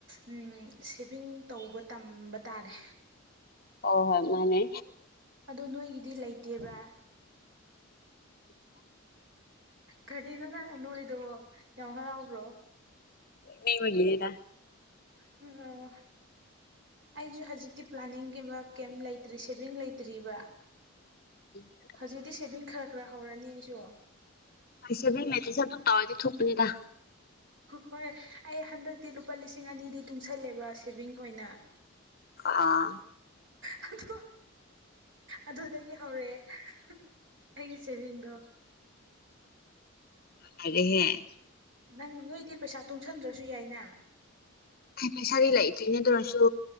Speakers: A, on the right (about 60°); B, on the left (about 45°).
A: ꯎꯝ ꯁꯦꯚꯤꯡ ꯇꯧꯕ ꯇꯝꯕ ꯇꯥꯔꯦ
B: ꯑꯣ ꯍꯣꯏ ꯃꯥꯟꯅꯦ
A: ꯑꯗꯣ ꯅꯣꯏꯒꯤꯗꯤ ꯂꯩꯇꯦꯕꯥ ꯀꯔꯤꯅꯣ ꯅꯪꯅ‌ ꯅꯣꯛꯏꯗꯣ ꯌꯥꯝ ꯍꯔꯥꯎꯕ꯭ꯔꯣ
B: ꯃꯤꯑꯃꯒꯤꯅꯤꯗꯥ
A: ꯎꯝ ꯍꯣ ꯑꯣ ꯑꯩꯖꯨ ꯍꯧꯖꯤꯛꯇꯤ ꯄ꯭ꯂꯥꯅꯤꯡꯒꯤꯕ ꯀꯩꯝ ꯂꯩꯇ꯭ꯔꯤ ꯁꯦꯚꯤꯡ ꯂꯩꯇ꯭ꯔꯤꯕ
B: ꯎꯝ
A: ꯍꯧꯖꯤꯛꯇꯤ ꯁꯦꯚꯤꯡ ꯈꯔ ꯈꯔ ꯍꯧꯔꯅꯤ ꯑꯩꯁꯨ
B: ꯍꯣꯏ ꯁꯦꯕꯤꯡ ꯂꯩꯇꯔꯁꯨ ꯑꯗꯨꯝ ꯇꯧꯔꯗꯤ ꯊꯨꯞꯄꯅꯤꯗ
A: ꯍꯣꯏ ꯑꯩ ꯍꯟꯗꯛꯇꯤ ꯂꯨꯄꯥ ꯂꯤꯁꯤꯡ ꯑꯅꯤꯗꯤ ꯇꯨꯡꯁꯜꯂꯦꯕ ꯁꯦꯚꯤꯡ ꯑꯣꯏꯅ <inaudible>
B: ꯑꯥ
A: ꯍꯗꯣ ꯑꯗꯨꯗꯒꯤ ꯍꯧꯔꯛꯑꯦ ꯑꯩꯒꯤ ꯁꯦꯚꯤꯡꯗꯣ
B: ꯍꯩꯔꯦ ꯍꯦ
A: ꯅꯪ ꯅꯣꯏꯗꯤ ꯄꯩꯁꯥ ꯇꯨꯡꯁꯟꯗ꯭ꯔꯁꯨ ꯌꯥꯏꯅ
B: ꯍꯦ ꯄꯩꯁꯥꯗꯤ ꯂꯩꯇ꯭ꯔꯤꯅꯦ ꯑꯗꯨ ꯑꯣꯏꯔꯁꯨ